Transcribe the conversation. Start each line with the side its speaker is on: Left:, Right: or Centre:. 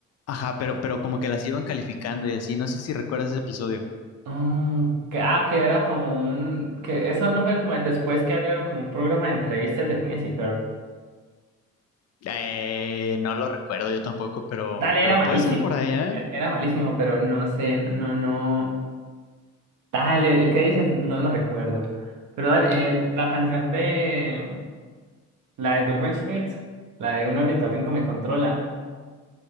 Left: Ajá, pero, pero como que las iban calificando y así. No sé si recuerdas ese episodio.
Right: Mm, que, ah, que era como un... que eso no fue como el después que abrieron como un programa de entrevistas de Phineas y Ferb.
Left: Eh, no lo recuerdo yo tampoco, pero,
Right: Dale,
Left: pero
Right: era malísimo.
Left: puede ser por ahí, ¿eh?
Right: e- Era malísimo, pero no sé, no, no. Dale, el que dices no lo recuerdo. Pero dale, el- la canción de la de Doofenshmirtz, la de un ornitorrinco me controla.